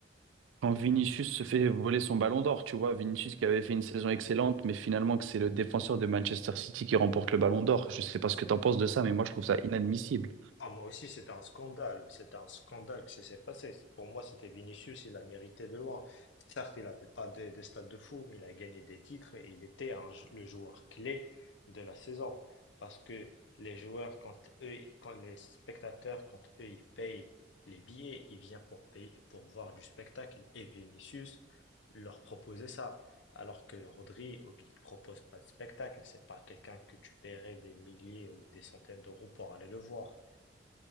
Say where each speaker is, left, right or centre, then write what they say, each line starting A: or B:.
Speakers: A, on the right; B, on the left.
A: quand Vinicius se fait voler son ballon d'or, tu vois, Vinicius qui avait fait une saison excellente, mais finalement que c'est le défenseur de Manchester City qui remporte le ballon d'or. Je sais pas ce que t'en penses de ça, mais moi je trouve ça inadmissible.
B: Ah, moi aussi, c'était un scandale. c'était un scandale que ça s'est passé. Pour moi, c'était Vinicius, il a mérité de loin. Certes, il n'a fait pas des, des stades de fou, mais il a gagné des titres et il était un jou- le joueur clé de la saison. Parce que les joueurs, quand eux, quand les spectateurs, quand eux, ils payent les billets, ils viennent pour payer, pour voir du spectacle. Et Vinicius leur proposait ça. Alors que Rodri, ok, il te propose pas de spectacle. C'est pas quelqu'un que tu paierais des milliers ou des centaines d'euros pour aller le voir.